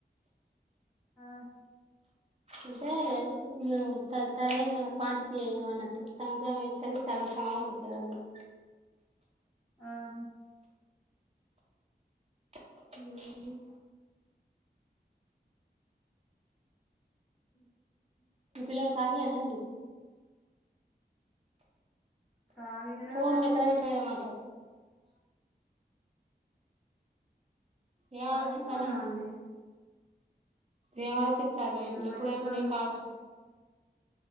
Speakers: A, in the centre; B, on the right.
A: ఆ
B: అంటే య కస్ సరైన క్వాంటిటీ వేయం అన్నట్టు సగం సగం వేసే సరికి సగం సగం అయితది అది కూడా
A: ఆహా
B: ఊ
A: ఉ
B: మీ పిల్లలు కాళీ ఏనా అండి
A: ఖాళీగానే
B: ఫోన్
A: ఉన్నారు
B: లు ఎక్కడ వెటయిన మాట్లాడు ఏ
A: ఖాళీగానే
B: ఆలోచితాలండి
A: ఉన్నామండి
B: ఏం ఆలోచితరు
A: నేను
B: ఎ
A: మా
B: ఎప్పుడ
A: ఇంటి
B: అయిపోతేయి
A: పక్కనోళ్లు
B: ఈ కాల్సు